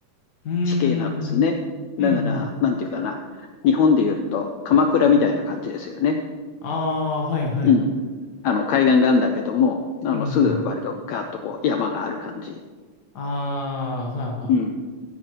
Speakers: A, on the left; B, on the left.
A: うん。うー
B: 地形なんですね。
A: ん。うんうん。
B: だから、なんていうかな、日本でいうと、鎌倉みたいな感じですよね。
A: はい。ああー、はいはい。
B: うん。あの、海岸があるんだけども、あの、
A: うん。
B: すぐ割とガーッとこう山がある感じ。
A: ああ、はあはあ。
B: うん。